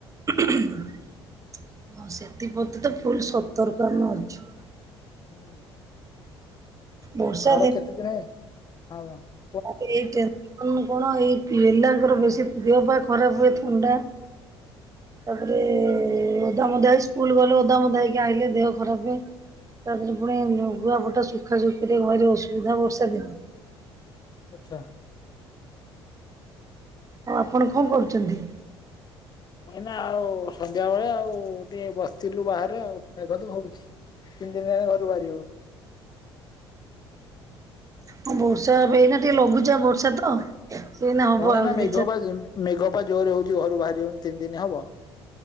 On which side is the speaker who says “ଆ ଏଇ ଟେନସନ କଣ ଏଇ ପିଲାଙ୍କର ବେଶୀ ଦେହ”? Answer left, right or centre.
Right